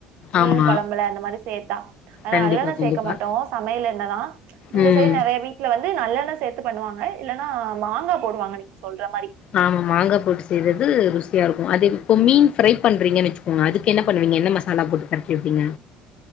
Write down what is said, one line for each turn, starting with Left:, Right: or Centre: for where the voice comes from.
Right: மீன்
Left: ஆமா
Right: கொழம்புல அந்த மாரி சேத்தா ஆன
Left: கண்டிப்பா
Right: நல்லெண்ணெ
Left: கண்டிப்பா
Right: சேக்க மாட்டோ சமையல் எண்ணெதா இந்த
Left: ம்
Right: சைடு நெறையா வீட்ல வந்து நல்லெண்ணெ சேத்து பண்ணுவாங்க இல்லன்னா மாங்கா போடுவாங்க நீங்க சொல்ற மாரி
Left: ஆமா மாங்கா போட்டு செய்றது ருசியா இருக்கு அதேது இப்பவுமே ஃப்ரை பண்றீங்கன்னு வச்சுக்கோங்க அதுக்கு என்ன பண்ணுவீங்க என்ன மசா லா போட்டு பெரட்டி வப்பீங்க